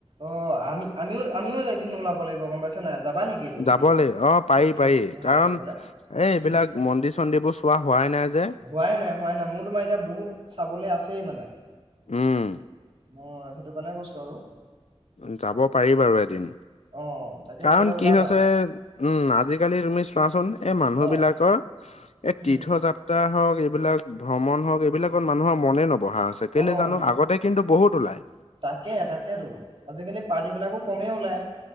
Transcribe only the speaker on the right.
অ', আমি আমিও আমিও এদিন ওলাব লাগিব গম পাইছা নে যাবা নেকি? এদিন
তীৰ্থ
তীৰ্থ
ভ্ৰমণ
কৰিবলে?
উম,
হোৱাই নাই হোৱাই নাই মোৰ তোমাৰ এতিয়া বহুত, চাবলে আছেই মানে।
অ', সেইটো কাৰণে কৈছো আৰু।
অ', তাকে
গ'লে ওলাবা।
অ',
উম,
অ',
তাকে তাকেতো আজিকালি পাৰ্টিবিলাকো কমেই ওলায়।